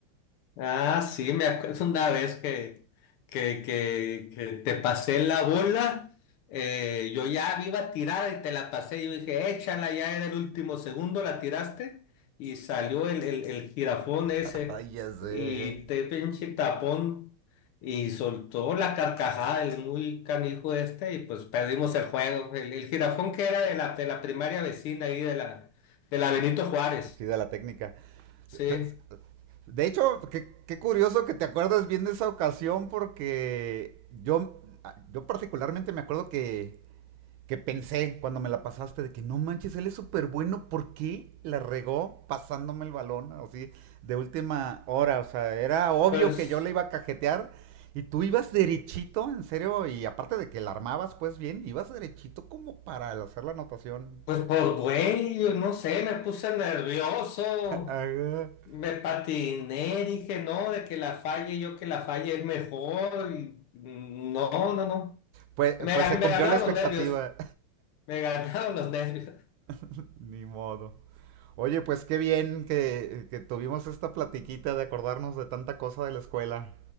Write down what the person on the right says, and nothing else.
<laughs> Ay, ya sé,
ajá.
Sí, de la técnica.
Pues, De hecho, qué, qué curioso que te acuerdas bien de esa ocasión porque yo, yo particularmente me acuerdo que que pensé cuando me la pasaste de que no manches, él es súper bueno, ¿por qué la regó pasándome el balón así de última hora? O sea, era obvio
que yo le iba a cajetear y tú ibas derechito, en serio, y aparte de que la armabas pues bien, ibas derechito como para hacer la anotación.
<laughs>
Pues,
pues
se cumplió
la expectativa,
<laughs> ni modo. Oye, pues qué bien que, que tuvimos esta platiquita de acordarnos de tanta cosa de la escuela.